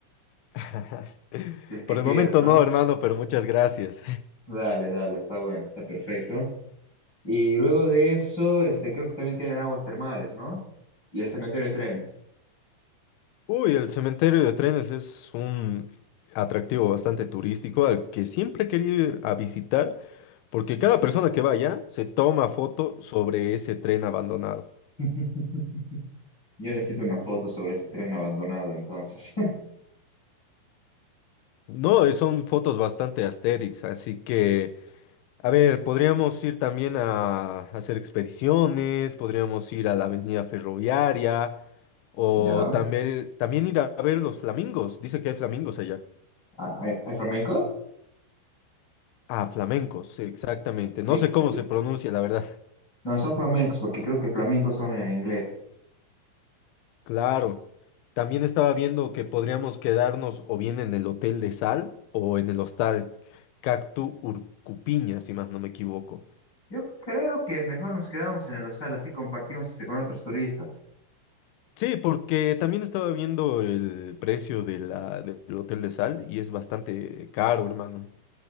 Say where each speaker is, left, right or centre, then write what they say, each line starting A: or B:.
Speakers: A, on the left; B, on the left.
A: <laughs>
B: si es que
A: Por
B: quieres,
A: el momento
B: ¿no?
A: no, hermano, pero muchas gracias.
B: Dale, dale, está bueno, está perfecto. Y luego de eso, este, creo que también tienen aguas termales, ¿no? Y el cementerio de trenes.
A: Uy, el cementerio de trenes es un atractivo bastante turístico al que siempre he querido ir a visitar. Porque cada persona que vaya se toma foto sobre ese tren abandonado.
B: <laughs> Yo necesito una foto sobre ese tren abandonado, entonces.
A: No, eh, son fotos bastante aesthetics, así que, a ver, podríamos ir también a hacer expediciones, podríamos ir a la avenida ferroviaria, o
B: <laughs> ¿Ya?
A: también, también ir a ver los flamingos. Dice que hay flamingos allá.
B: Ah, ¿Hay, hay flamencos?
A: Ah, flamencos, exactamente.
B: Sí,
A: No sé cómo
B: sí.
A: se pronuncia, la verdad.
B: No, son flamencos porque creo que flamingos son en inglés.
A: Claro. También estaba viendo que podríamos quedarnos o bien en el Hotel de Sal o en el Hostal Cactu Urcupiña, si más no me equivoco.
B: Yo creo que mejor nos quedamos en el hostal, así compartimos este con otros turistas.
A: Sí, porque también estaba viendo el precio de la, del Hotel de Sal y es bastante caro, hermano.